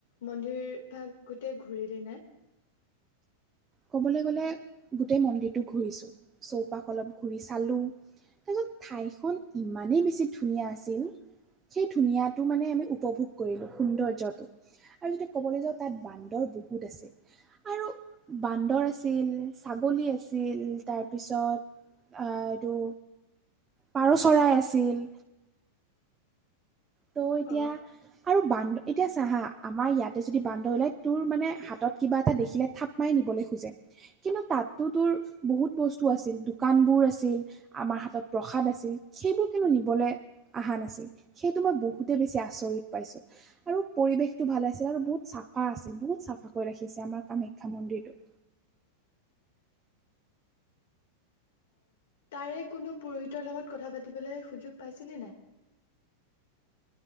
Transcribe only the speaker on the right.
ক'বলৈ গ'লে গোটেই মন্দিৰটো ঘূৰিছোঁ চৌপাশ অলপ ঘূৰি চালোঁ তাৰপিছত ঠাইখন ইমানেই বেছি ধুনীয়া আছিল সেই ধুনীয়াটো মানে আমি উপভোগ কৰিলো সৌন্দৰ্যটো আৰু যদি ক'বলৈ যাওঁ তাত বান্দৰ বহুত আছিল আৰু বান্দৰ আছিল, ছাগলী আছিল তাৰপিছত আহ এইটো পাৰ চৰাই আছিল তো এতিয়া
আৰু বান্দৰ এতিয়া চা হা আমাৰ ইয়াতে যদি বান্দৰ ওলাই তোৰ মানে হাতত কিবা এটা দেখিলে থাপ মাই নিব খোজে কিন্তু তাতো তোৰ বহুত বস্তু আছিল দোকানবোৰ আছিল আমাৰ হাতত প্ৰসাদ আছিল সেইবোৰ কিন্তু নিবলৈ অহা নাছিল সেইটো মই বহুতেই বেছি আচৰিত পাইছোঁ আৰু পৰিৱেশটো ভাল আছিল আৰু বহুত চাফা আছিল বহুত চাফা কৈ ৰাখিছে আমাৰ কামাখ্যা মন্দিৰটো।